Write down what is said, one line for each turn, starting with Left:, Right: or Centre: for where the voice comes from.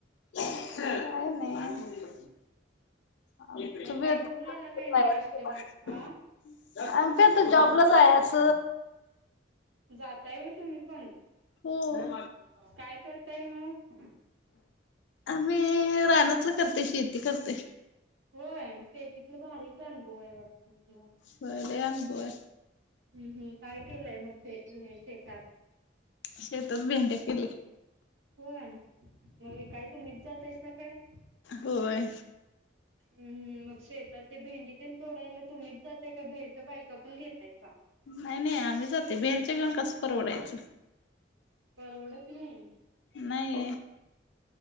Left: काय नाही. आमचं
Right: मग
Left: बी
Right: काय
Left: आता
Right: घेऊन आला काय नाही अष्टविन
Left: <unintelligible>
Right: आ
Left: आमचं इथं जॉबला जायाच.
Right: जाताय व्हय तुम्ही पण,
Left: हो
Right: काय करताय मग?
Left: आम्ही रानातलं करते, शेती करते.
Right: होय, शेतीतलं भारीच आनुभव आहे वाटत <unintelligible> तुम्हाला?
Left: होय लय अनुभव आहे
Right: हू हू, काय केलाय मग शे हे शेतात?
Left: शेतात भेंड्या केले.
Right: होय मग विकाय तुम्हींच जातायसा काय?
Left: होय.
Right: हुं हुं, मग शेतात ते भेंडीतेनं तोडायला तुम्हीच जातय काय? बाहिरच्या बायका पण घेतायसा?
Left: नाही नाही आम्ही जातोय बहेरच्यां घेऊन कसं परवडायचं?
Right: परवडत नाही?
Left: नायी.